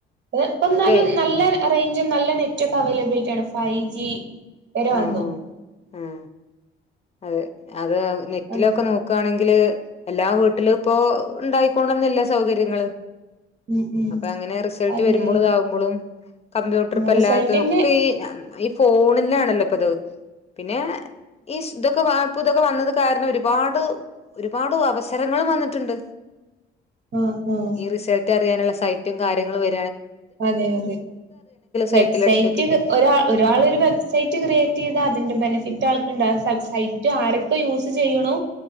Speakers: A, on the right; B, on the left.
A: അതിപ്പെന്നാലും
B: ഇപ്പ
A: നല്ല റേഞ്ച് പ്പം നല്ല നെറ്റൊക്കെ അവൈലബിലിറ്റി ആണ് ഫൈവ് ജി എര
B: ആ
A: വന്നു
B: ആ ആ അതെ അത് നെറ്റിലൊക്കെ
A: അങ്ങനെ
B: നോക്കാണെങ്കില് എല്ലാ വീട്ടിലും ഇപ്പോ ഉണ്ടായിക്കോളന്നില്ല സൗകര്യങ്ങള്
A: ഉം ഉം
B: അപ്പോ അങ്ങനെ റിസൾട്ട്
A: അതെ
B: വരുമ്പളും ഇതാവുമ്പളും കമ്പ്യൂട്ടർ ഇപ്പല്ലാത്ത
A: റിസൾട്ടിന്റെ
B: ഒക്കെ ഈ ഫോണിലാണ് <unintelligible> പിന്നെ ഇസ് തക്കൊ വാ പ്പൊ ഇതൊക്കെ വന്നത് കാരണം ഒരുപാട് ഒരുപാട് അവസരങ്ങളും വന്നിട്ടുണ്ട്
A: ആഹ് ആഹ്
B: ഈ റിസൾട്ട് അറിയാനുള്ള സൈറ്റും കാര്യങ്ങളും വെ
A: അതെ അതെ വെബ്സൈറ്റ്
B: സൈറ്റിൽ അടിച്ചു നോക്കിട്ട്
A: ഒരാ ഒരാളൊരു വെബ്സൈറ്റ് ക്രിയേ ഇത് അതിന്റെ ബെനിഫിറ്റ് ആൾക്ക് ഉണ്ടാ സൈറ്റ് ആരൊക്കെ യൂസ് ചെയ്യണു